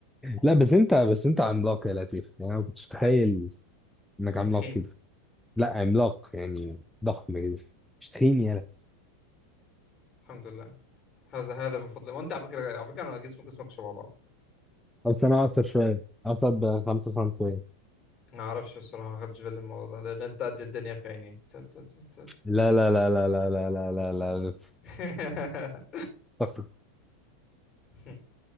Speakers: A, in the centre; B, on the left (about 35°).
A: لا بس انت بس انت عملاق يا لطيف يعني انا ما كنتش متخيل انك عملاق
B: أنا تخين
A: كده لا عملاق يعني ضخم كده مش تخين يا لطيف
B: الحمد لله هذا هذا من فضلك وانت على فكره على فكره انا جسمي جسمك شبه بعض
A: بس انا اقصر شويه اقصر بخمسة سنتيمتر
B: ما اعرفش الصراحه ما خدتش بالي من الموضوع ده لان انت قد الدنيا في عيني <laughs> تا- تا- تا- تا-
A: لا
B: تا-
A: لا
B: تا-
A: لا
B: تا-
A: لا لا لا لا لا لا
B: تا.
A: لا.
B: <laughs>